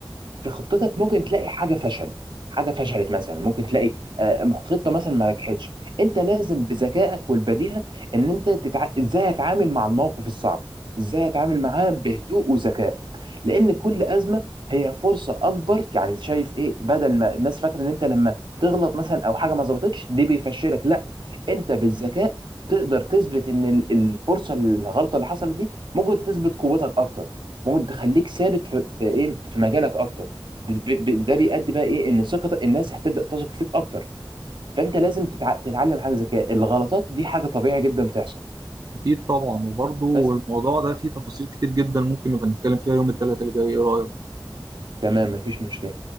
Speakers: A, on the right; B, on the right.
A: في خطتك ممكن تلاقي حاجه فشل حاجه فشلت مثلا ممكن تلاقي آه، خطه مثلا ما نجحتش انت لازم بذكائك والبديهه ان انت تتع... ازاي اتعامل مع الموقف الصعب ازاي اتعامل معاه بهدوء وذكاء لان كل ازمه هي فرصه اكبر يعني شايف ايه بدل ما الناس فاكره ان انت لما تغلط مثلا او حاجه ما ظبطتش دي بيفشلك لا انت بالذكاء تقدر تثبت ان ال- الفرصه الغلطه اللي حصلت دي ممكن تثبت قوتك اكتر ممكن تخليك ثابت في في ايه في مجالك اكتر ب- ب- ده بيؤدي بقى ايه ان ثقه الناس هتبدا تثق فيك اكتر فانت لازم تتع... تتعلم حاجه زي كده الغلطات دي حاجه طبيعي جدا تحصل
B: اكيد طبعا وبرضه
A: بس
B: الموضوع ده فيه تفاصيل كتير جدا ممكن نبقى نتكلم فيها يوم الثلاثاء اللي جاي ايه رايك
A: تمام مفيش مشكله